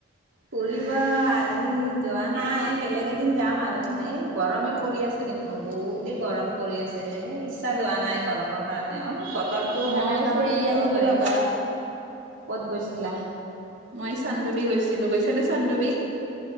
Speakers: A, on the right; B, on the right.
A: পঢিবা আজি যোৱা নাই বেলেগ এদিন যাম আৰু এই গৰমেই পৰি আছে দেখোন বহুতেই গৰম পৰি আছে। ইচ্ছা
B: অ
A: যোৱা নাই গৰমৰ কাৰণে অলপ বতৰটো
B: মই
A: সেমেকা
B: ফুৰি
A: হলে যাব
B: আহিলো
A: পাৰি।
B: ৰবা
A: কত গৈছিলা?
B: মই চান্দুবি গৈছিলো, গৈছে নে চান্দুবি?